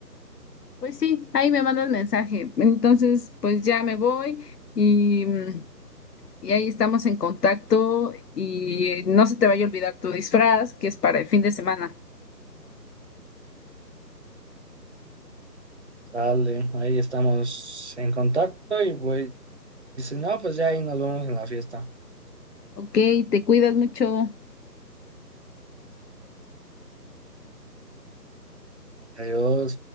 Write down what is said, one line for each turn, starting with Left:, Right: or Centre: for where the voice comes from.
Left: Pues sí, ahí me mandas mensaje. Entonces, pues ya me voy y, mm, y ahí estamos en contacto y eh, no se te vaya a olvidar tu disfraz, que es para el fin de semana.
Right: Dale, ahí estamos en contacto y pues, si no, pues ya ahí nos vemos en la fiesta.
Left: Ok, te cuidas mucho.
Right: Adiós.